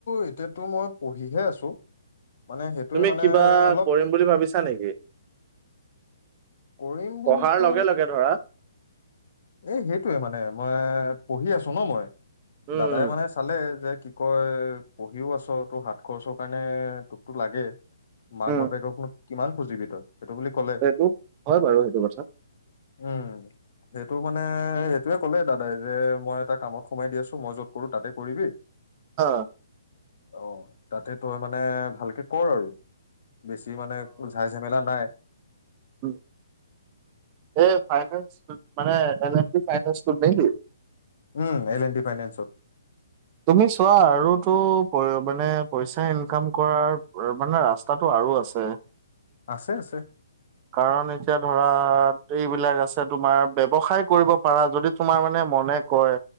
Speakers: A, on the left; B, on the right.
A: এতিয়াতো মই পঢ়িহে আছো। মানে সেইটোৱে
B: তুমি
A: মানে
B: কিবা
A: অলপ
B: কৰিম বুলি ভাবিছা নেকি?
A: কৰিম বুলিতো
B: পঢ়াৰ লগে লগে ধৰা।
A: এ সেইটোয়ে মানে মই পঢ়ি আছো ন মই
B: উম।
A: দাদাই মানে চালে যে কি কয় পঢ়িও আছ তোৰ হাত খৰচৰ কাৰণে তোকতো লাগে। মাক
B: উম।
A: বাপেকক নো কিমান খুজিবি তই। সেইটো বুলি ক'লে
B: সেইটো হয় বাৰু সেইটো কথা।
A: উম। সেইটো মানে সেইটোৱে ক'লে দাদাই যে মই এটা কামত সোমাই দি আছো, মই যত কৰো তাতে কৰিবি।
B: অ।
A: অ, তাতে তোৰ মানে ভালকে কৰ আৰু। বেছি মানে ঝাই যেমেলা নাই।
B: হু এ মানে <unintelligible> টোত নে কি?
A: উম, এল এন ডি ফাইনেনচত।
B: তুমি চোৱা আৰু তো কৰিব মানে পইচা ইনকাম কৰাৰ মানে ৰাস্তাটো আৰু আছে।
A: আছে আছে
B: কাৰণ এতিয়া ধৰা এইবিলাক আছে। তোমাৰ ব্যৱসায় কৰিব পাৰা। যদি তোমাৰ মানে মনে কয়